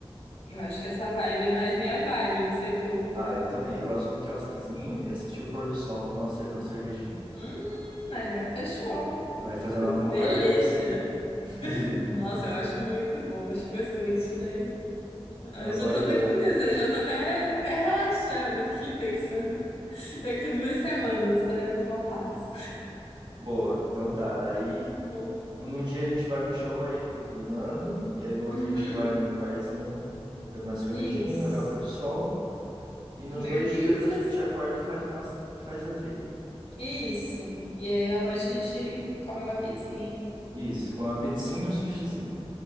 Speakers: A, on the left; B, on the right.
A: eu acho que essa vibe é mais minha vibe, não sei tu.
B: Ah, eu também. Eu gosto de um quiosquezinho e assistir o pôr do sol, tomar uma, cer- uma cervejinha.
A: Hum, ali, ó, fechou.
B: Aí fazendo uma conversa.
A: Delícia!
B: <laughs>
A: Nossa, eu acho muito bom, acho uma excelente ideia. Ah,
B: É uma
A: Eu
B: boa
A: já tô
B: ideia,
A: até com
B: né?
A: desejo, eu tô até, até relaxando aqui, pensando. <laughs> Daqui duas semanas estaremos numa paz.
B: Boa. Então tá, daí
A: Bom.
B: num dia a gente vai no show aí do, do Nando, e aí no outro
A: Uhum,
B: a gente vai num barzinho beber uma cervejinha,
A: isso.
B: olhar o pôr do sol. E nos
A: Comer
B: dois
A: pizzas?
B: dias a gente acorda e faz, uma, faz a trilha.
A: Isso. E aí à noite a gente come uma pizzinha.
B: Isso, com a pizzinha
A: Hum,
B: e o sushizinho.